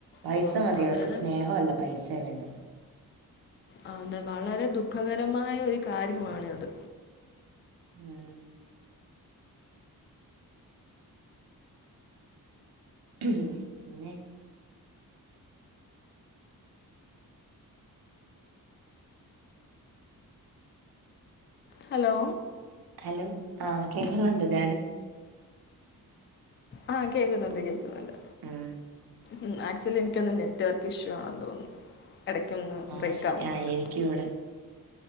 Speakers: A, on the right (about 80°); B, on the left (about 35°).
A: പൈസ
B: പോണം
A: മതി
B: അതായത്
A: അവർക്ക് സ്നേഹമല്ല പൈസയാ വേണ്ടത്
B: ആ അതെ വളരെ ദുഃഖകരമായ ഒരു കാര്യമാണ് അത്
A: ഉം പിന്നെ
B: ഹലോ
A: ഹലോ ആ കേൾക്കുന്നുണ്ട് ഞാനും
B: ആഹ കേക്കുന്നുണ്ട് കേൾക്കുന്നുണ്ട്
A: ആഹ
B: ഉ ആക്ച്വലി എനിക്കൊന്ന് നെറ്റ്വർക്ക് ഇഷ്യൂ ആണെന്ന് തോന്നുന്നു ഇടയ്ക്കൊന്ന്
A: ആഹ്
B: ബ്രേക്കാവുന്നുണ്ട്
A: ശരി ആഹ് എനിക്കും ഇവിടെ